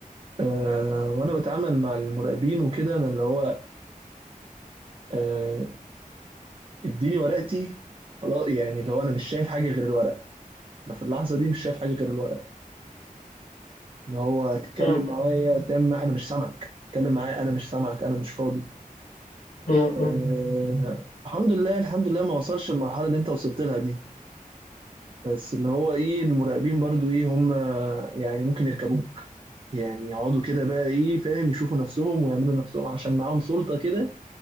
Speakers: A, on the right (about 35°); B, on the left (about 80°).
A: آه وأنا بتعامل مع المراقبين وكده أنا اللي هو آه اديني ورقتي خلاص يعني اللي هو أنا مش شايف حاجة غير الورق أنا في اللحظة دي مش شايف حاجة غير الورق إن هو تتكلم
B: مم.
A: معايا تعمل معايا- أنا مش سامعك تتكلم معايا أنا مش سامعك أنا مش فاضي
B: مم.
A: آه،
B: مم.
A: الحمد لله الحمد لله ما وصلش المرحلة اللي انت وصلت لها دي بس اللي هو ايه المراقبين برضو ايه هم يعني ممكن يركبوك يعني يقعدوا كده بقى ايه فاهم يشوفوا نفسهم ويعملوا نفسهم عشان معاهم سلطة كده